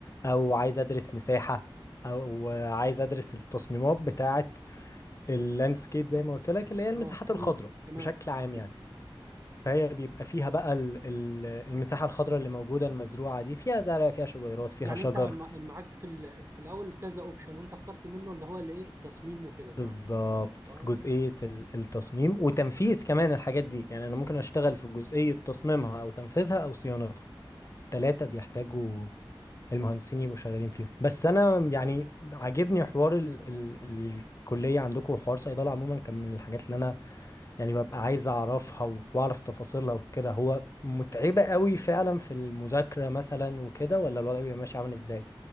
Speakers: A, on the left; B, on the right.
A: او عايز ادرس مساحه او عايز ادرس التصميمات بتاعه اللاندسكيب زي ما قلت لك اللي هي المساحات
B: اه
A: الخضراء
B: مم. تمام
A: بشكل
B: تمام
A: عام يعني فهي بيبقى فيها بقى ال- ال- المساحة الخضراء اللي موجودة المزروعة دي فيها زرع فيها شجيرات فيها
B: يعني
A: شجر
B: انت مع- معاك في ال- في الاول كذا اوبشن وانت اخترت منه اللي هو الايه التصميم وكده
A: بالظبط
B: تمام اه
A: جزئية ال- التصميم وتنفيذ كمان الحاجات دي يعني أنا ممكن أشتغل في جزئية تصميمها أو تنفيذها أو صيانتها التلاتة بيحتاجوا المهندسين يبقوا شغالين فيهم بس أنا يعني عاجبني حوار ال ال الكلية عندكم وحوار صيدلة عموما كان من الحاجات اللي أنا يعني ببقى عايز اعرفها و- واعرف تفاصيلها وكده هو متعبة قوي فعلا في المذاكرة مثلا وكده ولا الوضع بيبقى ماشي عامل ازاي